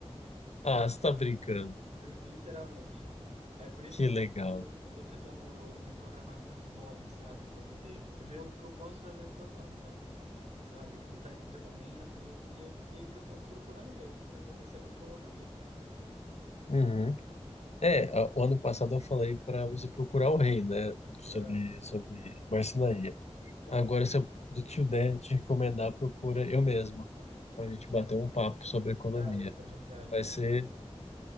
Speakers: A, on the left; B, on the right.
A: Ah, você tá brincando.
B: eu- literalmente. Aí por isso
A: Que
B: que eu
A: legal.
B: tô tentando, eu tô tentando me programar com meus hobbies, sabe? Pra poder ver o que eu posso fazer enquanto antes também. Sabe? Que tu tá aí no teu momento e eu, e eu meio que eu tô procurando o meu pra poder saber o que eu vou fazer.
A: Uhum. É, a- o ano passado eu falei para você procurar o rei, né? Sobre,
B: Ah,
A: sobre marcenaria. Agora,
B: e-
A: se eu te der, te recomendar, procura eu mesmo. para a gente bater um papo sobre economia.
B: cara, isso é verdade,
A: Vai
B: porque
A: ser
B: tipo assim.